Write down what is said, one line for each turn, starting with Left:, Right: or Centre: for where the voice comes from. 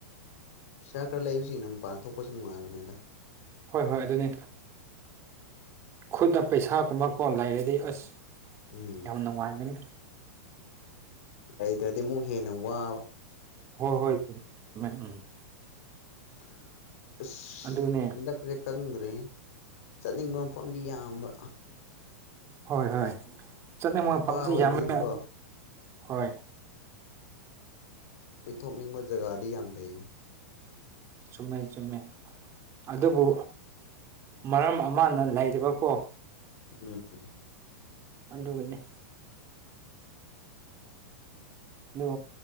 Left: ꯄꯩꯁꯥ ꯈꯔ ꯂꯩꯕꯁꯤꯡꯅꯝ ꯄꯥꯟ ꯊꯣꯛꯣꯛꯄꯁꯨ ꯅꯨꯡꯉꯥꯏꯕꯅꯦꯗ꯫
Right: ꯍꯣꯏ-ꯍꯣꯏ ꯑꯗꯨꯅꯤ ꯈꯨꯠꯇ ꯄꯩꯁꯥꯒꯨꯝꯕ ꯀꯣꯟ ꯂꯩꯔꯗꯤ ꯑꯁ꯫
Left: ꯎꯝ
Right: ꯌꯥꯝ ꯅꯨꯡꯉꯥꯏꯒꯅꯤ
Left: ꯑꯗꯗꯗꯤ ꯃꯒꯦꯅ ꯋꯥ
Right: ꯍꯣꯏ ꯍꯣꯏꯃꯦ ꯎꯝ꯫
Left: <unintelligible>
Right: ꯑꯗꯨꯅꯦ
Left: <unintelligible> ꯆꯠꯅꯤꯡꯕ ꯃꯐꯝꯗꯤ ꯌꯥꯝꯕ꯫
Right: ꯍꯣꯏ-ꯍꯣꯏ ꯆꯠꯅꯤꯡꯕ
Left: ꯅꯨꯄꯥ
Right: ꯃꯐꯝꯁꯤ
Left: ꯑꯣꯏꯕꯅꯤꯅꯀꯣ
Right: ꯌꯥꯝꯃꯦ ꯑꯗꯨ ꯍꯣꯏ꯫
Left: ꯀꯣꯏꯊꯣꯛꯅꯤꯡꯕ ꯖꯒꯥꯗꯤ ꯌꯥꯝ ꯂꯩꯌꯦꯅꯦ꯫
Right: ꯆꯨꯝꯃꯦ-ꯆꯨꯝꯃꯦ ꯑꯗꯨꯕꯨ ꯃꯔꯝ ꯑꯃꯅ ꯂꯩꯗꯕꯀꯣ
Left: ꯎꯝ꯫
Right: ꯑꯟꯗꯨꯒꯤꯅꯤ꯫ ꯑꯗꯨ